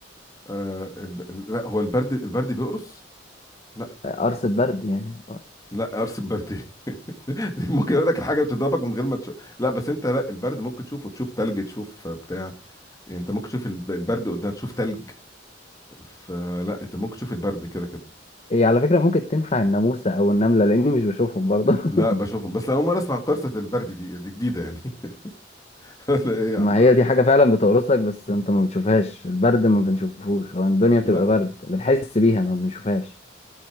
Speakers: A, on the left; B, on the left.
A: آه الب... لا هو البرد البرد بيقرص لا
B: قرص البرد يعني
A: لا قرص البرد <laughs> دي ممكن اقول لك الحاجه بتضربك من غير ما تشوف لا بس انت لا البرد ممكن تشوفه تشوف تلج تشوف بتاع يعني انت ممكن تشوف الب- البرد قدامك تشوف تلج فلا انت ممكن تشوف البرد كده كده
B: هي على فكرة ممكن تنفع الناموسة أو النملة لأني مش بشوفهم برضه <laughs>
A: لا بشوفهم بس اول مره اسمع قرصه البرد دي دي جديده يعني <laughs> لا ايه يا
B: ما
A: عم
B: هي دي حاجة فعلا بتقرصك بس أنت ما بتشوفهاش البرد ما بنشوفهوش هو الدنيا
A: لا
B: بتبقى برد بنحس بيها ما بنشوفهاش